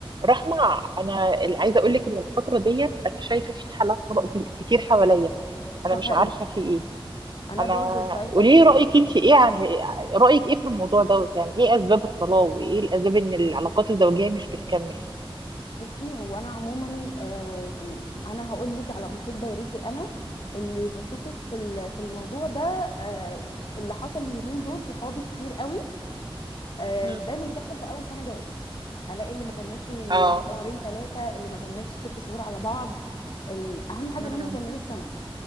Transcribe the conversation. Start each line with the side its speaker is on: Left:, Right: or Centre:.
Right: رحمة أنا اللي عايزة أقول لك إن الفترة ديت أنا شايفة في حالات طلاق دي كتير حواليا
Left: ده
Right: أنا مش
Left: حقيقي
Right: عارفة في إيه
Left: انا
Right: أنا
Left: برضو شايفه
Right: قولي
Left: كده
Right: لي رأيك أنت إيه عن رأيك إيه في الموضوع دوت يعني إيه أسباب الطلاق وإيه الأسباب إن العلاقات الزوجية مش بتكمل
Left: بصي هو انا عموما آم، انا هقول لك على محيط دايرتي انا اللي بشوفه في ال- في الموضوع ده آه، اللي حصل اليومين دول صحابي كتير قوي آه،
Right: مم.
Left: دايما بتحصل في اول سنه جواز الاقي اللي ما كملش
Right: آه
Left: شهرين ثلاثه اللي ما كملش ست شهور على بعض ال- اهم حاجه
Right: مم.
Left: ان هم كملوا السنه